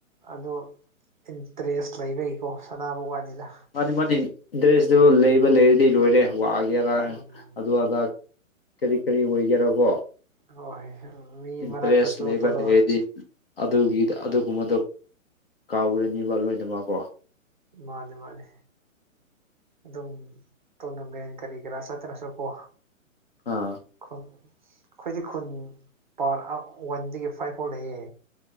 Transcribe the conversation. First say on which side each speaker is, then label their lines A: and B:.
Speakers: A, on the right; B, on the left.
A: ꯑꯗꯣ ꯏꯟꯇꯔꯦꯁ ꯂꯩꯕꯩꯀꯣ ꯁꯅꯥꯕ ꯋꯥꯅꯤꯗ
B: ꯃꯥꯅꯤ ꯃꯥꯅꯤ ꯢꯟꯇꯔꯁꯇꯨ ꯂꯩꯕ ꯂꯩꯔꯗꯤ ꯂꯣꯏꯔꯦ ꯋꯥꯒꯦꯔ
A: ꯎꯝ
B: ꯑꯗꯨ ꯑꯗ ꯀꯔꯤ ꯀꯔꯤ ꯑꯣꯏꯒꯦꯔꯥ ꯀꯣ
A: ꯍꯣꯏ ꯃꯤ
B: ꯏꯟꯇꯔ꯭ꯦꯁ
A: ꯃꯔꯛꯇꯁꯨ
B: ꯂꯩꯕꯔ
A: ꯇꯣꯂꯣ
B: ꯂꯩꯔꯗꯤ ꯑꯗꯨꯒꯤꯗ ꯑꯗꯨꯒꯨꯝꯕꯗꯣ ꯀꯥꯎꯔꯅꯤꯕ ꯂꯣꯏꯅꯃꯛꯀꯣ
A: ꯃꯥꯟꯅꯦ ꯃꯥꯟꯅꯦ ꯑꯗꯨꯝ ꯇ꯭ꯣꯔꯅꯃꯦꯟ ꯀꯔꯤ ꯀꯔꯥ ꯆꯠꯇ꯭ꯔꯁꯨ ꯀꯣ
B: ꯑꯥ
A: ꯈꯨꯟ ꯑꯩꯈꯣꯏꯗꯤ ꯈꯨꯟ ꯄꯥꯔꯠ ꯑꯥ ꯋꯥꯟꯗꯒꯤ ꯐ꯭ꯥꯏ꯭ꯚ ꯐꯥꯎ ꯂꯩꯌꯦ